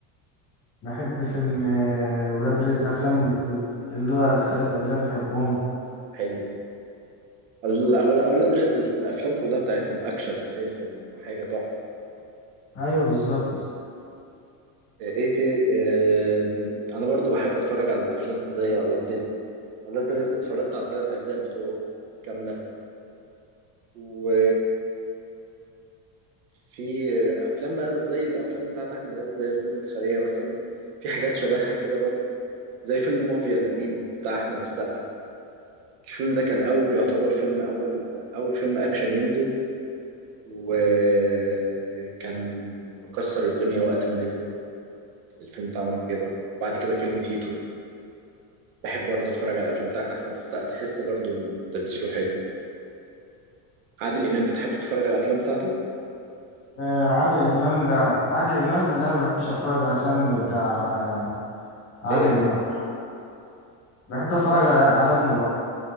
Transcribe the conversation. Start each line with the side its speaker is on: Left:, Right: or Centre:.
Left: بحب فيلم آه، ولاد رزق أفلام ال- اللي هو التلات أجزاء بحبهم
Right: حلو ال- أول- اولاد رزق الافلام كلها بتاعتهم اكشن اساسا وحاجة تحفة
Left: أيوه بالظبط
Right: ايه تي... اه... انا برضو بحب اتفرج على الافلام زي اولاد رزق اولاد رزق اتفرجت على الثلاث اجزاء بتوعه كاملة و في افلام بقى زي الافلام بتاعت احمد عز زي فيلم الخلية مثلا في حاجات شبهها كده برضو زي فيلم مافيا القديم بتاع احمد السقا الفيلم ده كان اول يعتبر فيلم اول اول فيلم اكشن ينزل وكان مكسر الدنيا وقت ما نزل الفيلم بتاع مافيا ده وبعد كده فيلم تيتو بحب برضه اتفرج على الافلام بتاعت احمد السقا تحس برضه إن تمثيله حلو عادل امام بتحب تتفرج على الافلام بتاعته
Left: آه، عادل إمام بع... عادل إمام لا ما بحبش أتفرج على أفلام بتاع آه، عادل
Right: ليه
Left: إمام بحب أتفرج على على ابنه بقى